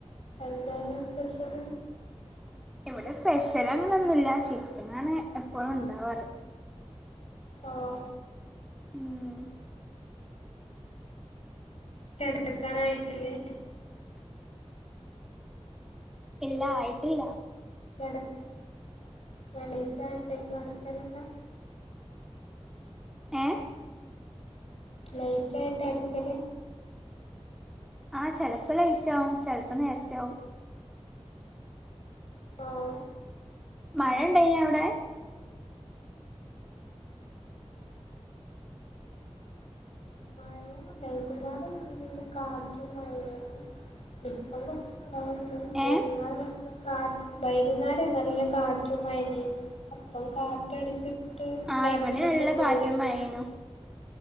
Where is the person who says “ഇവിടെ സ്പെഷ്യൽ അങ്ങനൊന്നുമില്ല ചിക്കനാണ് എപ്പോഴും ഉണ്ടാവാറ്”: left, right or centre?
Centre